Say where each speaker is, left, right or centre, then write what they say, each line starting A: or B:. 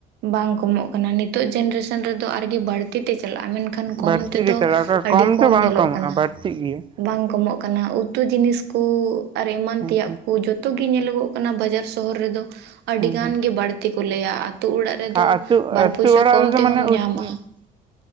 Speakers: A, on the right; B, on the right.
A: ᱵᱟᱝ ᱠᱚᱢᱚᱜ ᱠᱟᱱᱟ᱾ ᱱᱤᱛᱚᱜ ᱡᱱᱟᱨᱮᱥᱚᱱ ᱨᱮᱫᱚ ᱟᱨᱜᱤ ᱵᱟᱹᱲᱛᱤ ᱛᱮ ᱪᱟᱞᱟᱜ-ᱟ ᱢᱮᱱ ᱠᱷᱟᱱ ᱠᱚᱢ
B: ᱵᱟᱹᱲᱛᱤ
A: ᱛᱮᱫᱚ
B: ᱜᱮ ᱪᱟᱞᱟᱣ ᱠᱚᱜᱼᱟ
A: ᱟᱹᱰᱤ ᱠᱚᱢ
B: ᱫᱚ ᱵᱟᱝ
A: ᱧᱮᱞᱚᱜ
B: ᱠᱚᱢᱚᱜᱼᱟ
A: ᱠᱟᱱᱟ᱾
B: ᱵᱟᱹᱲᱛᱤᱜ ᱜᱮᱭᱟ
A: ᱵᱟᱝ ᱠᱚᱢᱚᱜ ᱠᱟᱱᱟ ᱩᱛᱩ ᱡᱤᱱᱤᱥ ᱠᱚ ᱟᱨ ᱮᱢᱟᱱ
B: ᱦᱮᱸ
A: ᱛᱮᱭᱟᱜ ᱠᱚ ᱡᱩᱛ ᱛᱩ ᱜᱮ ᱧᱮᱞᱚᱜᱚᱜ ᱠᱟᱱᱟ ᱵᱟᱡᱟᱨ ᱥᱚᱦᱚᱨ ᱨᱮᱫᱚ᱾ ᱟᱹᱰᱤ
B: ᱦᱮᱸ
A: ᱜᱟᱱ
B: ᱦᱮᱸ
A: ᱜᱮ ᱵᱟᱹᱲᱛᱤ ᱠᱚ ᱞᱟᱹᱭᱟ ᱟᱛᱳ ᱚᱲᱟᱜ ᱨᱮᱫᱚ
B: ᱟᱨ ᱟᱹᱛᱩ
A: ᱵᱟᱨ
B: ᱟᱹᱛᱩ
A: ᱯᱚᱭᱥᱟ
B: ᱚᱲᱟᱜ
A: ᱠᱚᱢ
B: ᱨᱮᱫᱚ
A: ᱛᱮᱦᱚᱢ
B: ᱢᱟᱱᱮ ᱞᱟᱹᱭ
A: ᱧᱟᱢᱟ